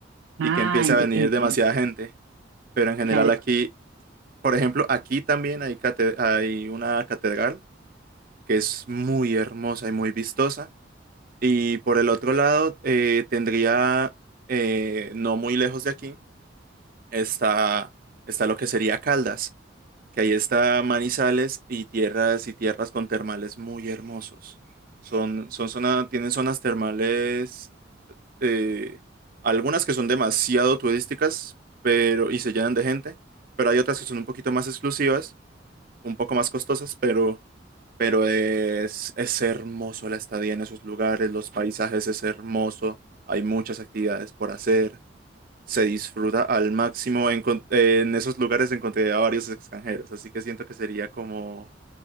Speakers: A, on the right (about 50°); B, on the right (about 75°).
A: y
B: ah,
A: que empiece
B: enti-
A: a venir
B: entiendo.
A: demasiada gente. Pero en general
B: Claro,
A: aquí por ejemplo, aquí también hay, cate- hay una catedral que es muy hermosa y muy vistosa. Y por el otro lado, eh, tendría, eh, no muy lejos de aquí, está, está lo que sería Caldas, que ahí está Manizales y tierras y tierras con termales muy hermosos. Son, son zona- tienen zonas termales, eh, algunas que son demasiado turísticas, pero, y se llenan de gente, pero hay otras que son un poquito más exclusivas un poco más costosas, pero, pero es, es hermoso la estadía en esos lugares, los paisajes es hermoso, hay muchas actividades por hacer, se disfruta al máximo. Encon- eh, En, esos lugares encontré a varios extranjeros, así que siento que sería como,